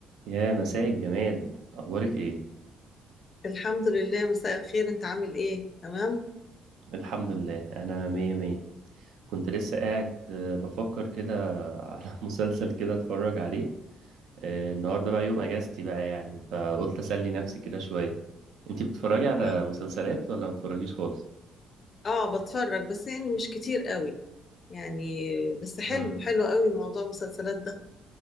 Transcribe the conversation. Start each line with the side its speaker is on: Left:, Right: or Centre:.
Right: يا مساء الجمال اخبارك ايه
Left: الحمد لله مساء الخير انت عامل ايه تمام
Right: الحمد لله انا مية مية كنت لسه قاعد آه، بفكر كده على <laughs> مسلسل كده اتفرج عليه آه، النهارده بقى يوم اجازتي بقى يعني فقلت اسلي نفسي كده شويه انتي بتتفرجي على
Left: اه
Right: مسلسلات ولا ما بتتفرجيش خالص
Left: آه، بتفرج بس يعني مش كتير قوي يعني بس حلو
Right: آه.
Left: حلو قوي موضوع المسلسلات ده